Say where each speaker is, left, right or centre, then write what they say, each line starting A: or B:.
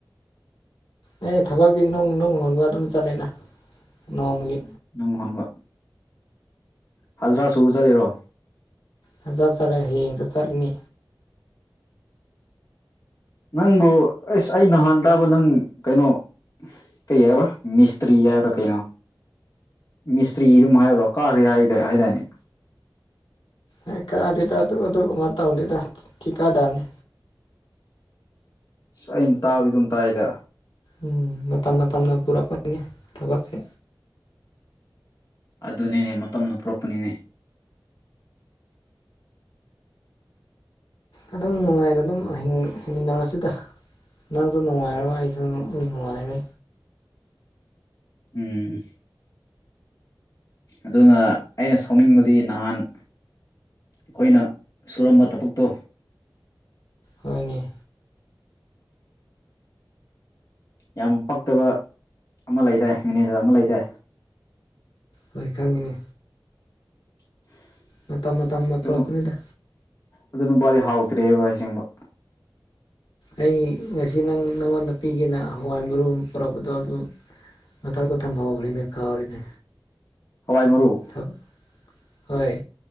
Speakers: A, on the left; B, on the left.
A: ꯑꯩ ꯊꯕꯛꯇꯤ ꯅꯨꯡ ꯅꯨꯡ ꯍꯨꯣꯟꯕ ꯑꯗꯨꯝ ꯆꯠꯂꯦꯗ ꯅꯣꯡꯃꯒꯤ꯫
B: ꯅꯨꯡ ꯍꯣꯟꯕ ꯍꯖꯤꯔꯥ ꯁꯨꯕ ꯆꯠꯂꯤꯔꯣ꯫
A: ꯍꯖꯤꯔꯥ ꯆꯠꯂꯦ ꯍꯌꯦꯡꯁꯨ ꯆꯠꯂꯅꯤ꯫
B: ꯅꯪꯕꯨ ꯑꯁ ꯑꯩ ꯅꯍꯥꯟ ꯇꯥꯕ ꯅꯪ ꯀꯩꯅꯣ ꯀꯩ ꯍꯥꯏꯕ꯭ꯔꯥ ꯃꯤꯁꯇ꯭ꯔꯤ ꯍꯥꯏꯕ꯭ꯔꯥ ꯀꯩꯅꯣ ꯃꯤꯁꯇ꯭ꯔꯤ ꯑꯗꯨꯝ ꯍꯥꯏꯕ꯭ꯔꯣ ꯀꯥꯔꯦ ꯍꯥꯏ ꯍꯥꯏꯗꯥꯏꯅꯦ꯫
A: ꯍꯩ ꯀꯥꯗꯦꯗ ꯑꯗꯨ ꯑꯗꯨꯒꯨꯝꯕ ꯇꯧꯗꯦꯗ ꯊꯤꯀꯥꯗꯔꯥꯅꯤ꯫
B: ꯑꯁ ꯑꯩꯅ ꯇꯥꯕꯗꯤ ꯑꯗꯨꯝ ꯇꯥꯏꯗ꯫
A: ꯎꯝ ꯃꯇꯝ ꯃꯇꯝꯅ ꯄꯨꯔꯛꯄꯒꯤꯅꯤ ꯊꯕꯛꯁꯦ꯫
B: ꯑꯗꯨꯅꯤꯅꯦ ꯃꯇꯝꯅ ꯄꯨꯔꯛꯄꯅꯤꯅꯦ꯫
A: ꯑꯗꯨꯝ ꯅꯨꯡꯉꯥꯏꯅ ꯑꯗꯨꯝ ꯍꯤꯡꯃꯤꯟꯅꯔꯁꯤꯗ ꯅꯪꯁꯨ ꯅꯨꯡꯉꯥꯏꯔꯣ ꯑꯩꯁꯨ ꯅꯨꯡꯉꯥꯏꯔꯦ
B: ꯎꯝ ꯑꯗꯨꯅ ꯑꯩꯅ ꯁꯥꯎꯅꯤꯡꯕꯗꯤ ꯅꯍꯥꯟ ꯑꯈꯣꯏꯅ ꯁꯨꯔꯝꯕ ꯊꯕꯛꯇꯣ
A: ꯍꯣꯏꯅꯦ
B: ꯌꯥꯝ ꯄꯛꯇꯕ ꯑꯃ ꯂꯩꯗꯥꯏ ꯃꯦꯅꯦꯖꯔ ꯑꯃ ꯂꯩꯗꯥꯏ
A: ꯍꯣꯏ ꯈꯪꯉꯤꯅꯦ
B: <unintelligible>
A: ꯃꯇꯝ ꯃꯇꯝꯅ
B: ꯀꯅꯣ
A: ꯄꯨꯔꯛꯄꯅꯤꯗ
B: ꯑꯗꯨ ꯅꯨꯄꯥꯗꯤ ꯍꯥꯎꯇ꯭ꯔꯦꯕ ꯑꯁꯦꯡꯕ
A: ꯑꯩ ꯉꯁꯤ ꯅꯪ ꯅꯪꯉꯣꯟꯗ ꯄꯤꯒꯦꯅ ꯍꯋꯥꯏ ꯃꯔꯨ ꯑꯃ ꯄꯨꯔꯛꯄꯗꯣ ꯑꯗꯨ ꯃꯊꯥꯛꯇ ꯊꯝꯍꯧꯈ꯭ꯔꯦꯅꯦ ꯀꯥꯎꯔꯦꯅꯦ
B: ꯍꯋꯥꯏ ꯃꯔꯨ
A: <unintelligible> ꯍꯣꯏ